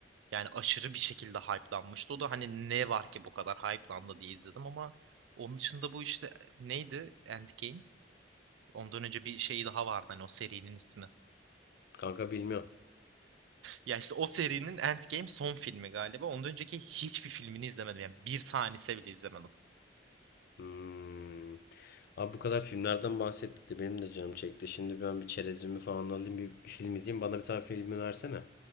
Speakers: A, on the right (about 80°); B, on the left (about 55°).
A: Yani aşırı bir şekilde hype'lanmıştı. O da hani ne var ki bu kadar hype'landı diye izledim ama onun dışında bu işte neydi Endgame? Ondan önce bir şey daha vardı hani o serinin ismi.
B: Kanka bilmiyorum.
A: Ya işte o serinin Endgame son filmi galiba. Ondan önceki hiçbir filmini izlemedim. Yani bir tanesi bile izlemedim.
B: Hmm. Abi bu kadar filmlerden bahsettik de benim de canım çekti. Şimdi ben bir çerezimi falan alayım bir film izleyeyim. Bana bir tane film önersene.